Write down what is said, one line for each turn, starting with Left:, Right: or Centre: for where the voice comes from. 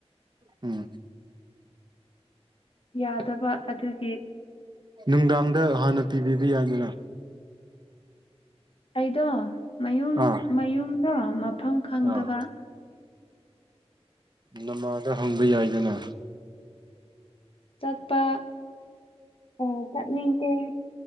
Right: ꯎꯝ
Left: ꯌꯥꯗꯕ ꯑꯗꯨꯒꯤ
Right: ꯅꯨꯡꯗꯥꯡꯗ ꯍꯥꯟꯅ ꯄꯤꯕꯤꯕ ꯌꯥꯏꯗꯅ
Left: ꯑꯩꯗꯣ ꯃꯌꯨꯝ
Right: ꯑꯥ
Left: ꯃꯌꯨꯝꯗꯣ ꯃꯐꯝ ꯈꯪꯗꯕ
Right: ꯑꯥ ꯅꯃꯥꯗ ꯍꯪꯕ ꯌꯥꯏꯗꯅ
Left: ꯆꯠꯄ ꯑꯥ ꯆꯠꯅꯤꯡꯇ‌ꯦ